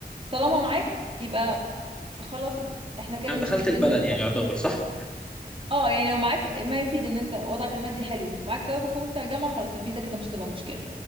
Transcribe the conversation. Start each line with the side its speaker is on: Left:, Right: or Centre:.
Right: طالما معاك يبقى خلاص احنا كده
Centre: انا
Right: المشكلتين
Centre: دخلت البلد يعني يعتبر صح
Right: اه يعني لو معاك ما يفيد ان انت وضعك المادي حلو ومعاك جواب القبول بتاع الجامعه خلاص الفيزا كده مش هتبقى مشكله